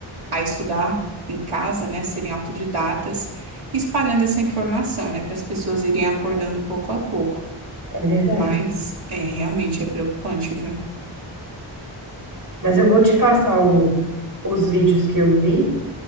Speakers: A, on the right (about 80°); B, on the right (about 45°).
A: a estudar em casa, né? Serem autodidatas, espalhando essa informação, né, para as pessoas irem acordando pouco a pouco.
B: é verdade.
A: Mas é realmente é preocupante, viu?
B: Mas eu vou te passar o- os vídeos que eu vi.